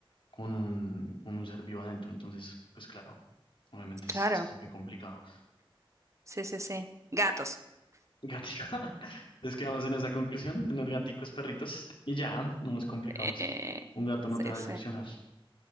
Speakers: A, on the left; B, on the right.
A: con un, con un ser vivo adentro. Entonces, pues claro, obviamente es,
B: claro,
A: es muy complicado.
B: sí, sí, sí. Gatos.
A: Gatica, <laughs> les quedamos en esa conclusión, tener gaticos, perritos, y ya, no nos complicamos.
B: Eh,
A: Un gato no
B: sí,
A: te va
B: sí,
A: a decepcionar,